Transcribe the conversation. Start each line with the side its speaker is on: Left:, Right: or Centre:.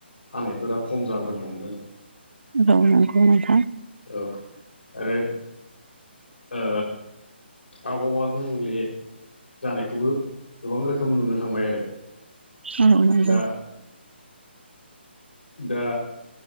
Left: हानायफोरा खम जाबोनो हमदों
Right: औ नंगौ नोंथां
Left: औ आरो ओ आबहावा गुबुंले जानायखौबो गोबां रोखोम नुनो थांबाय आरो
Right: औ औ नंगौ
Left: दा दा